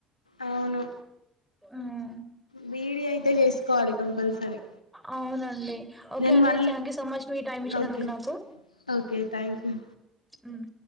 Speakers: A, on the left; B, in the centre.
A: అవును
B: ఉమ్
A: బీ ఈ డి అయితే చేసుకోవాలి కంపల్సరీ
B: అవునండి ఓకే
A: నేను
B: అండి
A: మళ్ళీ
B: థ్యాంక్ యూ సో మచ్ మీ టైమ్ ఇచ్చినందుకు
A: ఓకే
B: నాకు
A: ఓకే థ్యాంక్ యూ
B: ఉమ్